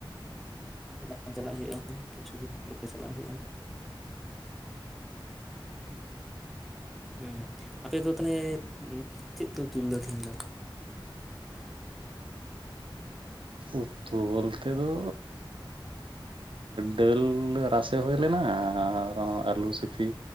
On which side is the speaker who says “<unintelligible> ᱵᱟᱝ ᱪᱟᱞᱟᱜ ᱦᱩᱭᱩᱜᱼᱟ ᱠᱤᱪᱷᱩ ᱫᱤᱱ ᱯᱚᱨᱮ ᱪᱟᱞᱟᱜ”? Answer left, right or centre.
Centre